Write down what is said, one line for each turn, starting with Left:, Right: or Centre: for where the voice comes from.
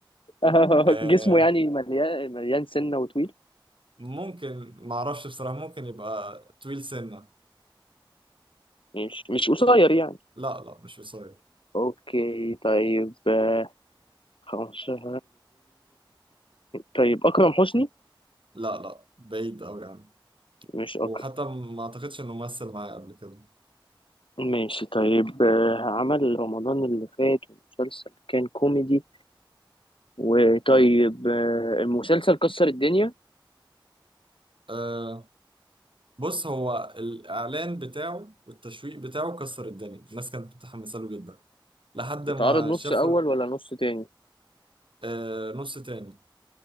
Left: <laughs>
Right: آه
Left: جسمه يعني مليان مليان سنة وطويل
Right: ممكن معرفش بصراحة ممكن يبقى طويل سنة
Left: مش مش قصير يعني
Right: لا لا مش قصير
Left: اوكي طيب آه، 15 طيب اكرم حسني
Right: لا لا بعيد أوي يعني
Left: مش
Right: وحتى
Left: اكرم
Right: ما أعتقدش إنه مثل معايا قبل كده
Left: ماشي طيب آه، عمل رمضان اللي فات ومسلسل كان كوميدي وطيب آه، المسلسل كسر الدنيا
Right: أه بص هو الإعلان بتاعه والتشويق بتاعه كسر الدنيا الناس كانت متحمسة له جدا لحد
Left: اتعرض
Right: ما
Left: نص
Right: شافوا
Left: اول
Right: ال-
Left: ولا نص تاني
Right: آه نص تاني